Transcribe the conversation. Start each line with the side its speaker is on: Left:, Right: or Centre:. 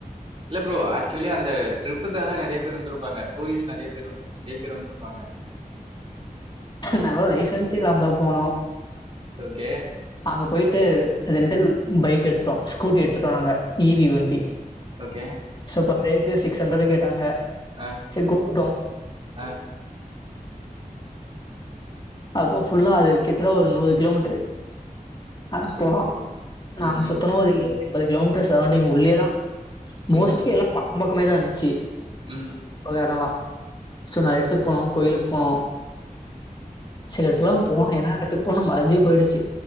Right: இல்ல ப்ரோ ஆக்சுவலி அந்த ட்ரிப்புக்காக நெறைய பேர் வந்துரு ப்பாங்க டூரிஸ்ட் நெறைய பேர் <unintelligible> வந்துருப்பாங்க
Left: நாங்களே லைசன்ஸே இல்லாம தா போனோ
Right: ஓகே
Left: அங்க போயிட்டு ரெண்டல் பைக் எடுத்துட்டோ ஸ்கூட்டி எடுத்துட்டோ நாங்க இவி வண்டி
Right: ஓகே
Left: சோ பர்டேக்கு சிக்ஸ் ஹண்ட்ரட் கேட்டாங்க
Right: ஆ,
Left: சரி குடுத்துட்டோ
Right: ஆ
Left: அப்ப ஃபுல்லா அது கிட்டதட்ட ஒரு நூறு கிலோமீட்ரு அ
Right: சூப்பர்
Left: போலா
Right: ப்ரோ.
Left: நாங்க
Right: ம், ம்.
Left: சுத்துனோ ஒரு <inaudible> எம்பது கிலோமீட்ரூ சரவுண்டிங் உள்ளயேதா மோஸ்ட்லி
Right: ம், ம்.
Left: எல்லா பக்கம் பக்கமே தா இந்துச்சு
Right: ம்
Left: உள்ள எடலா சோ நாலு எடத்துக்கு போனோ கோயிலுக் போனோ சில எடத்துக்லா
Right: சூப்பர்
Left: போனோ
Right: ப்ரோ.
Left: என்ன என்ன எடத்துக்கு போனோ மறந்தே போயிடுச்சு